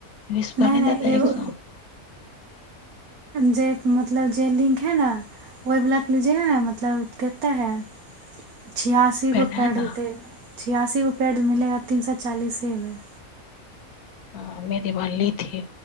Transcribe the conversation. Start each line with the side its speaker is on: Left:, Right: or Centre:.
Left: विस
Right: नहीं
Left: पर नहि
Right: नहीं
Left: देता
Right: एगो
Left: एक सए
Right: जे मतलब जे लिंक है ने ओहिवलाप लीजेा ने मतलब कितेक है छियासी
Left: पहले
Right: को
Left: है
Right: पैडल
Left: ना
Right: दे छिआासी ग पेड मिलेगा तीन सए चालिसेमे
Left: ह मेरी बालीथी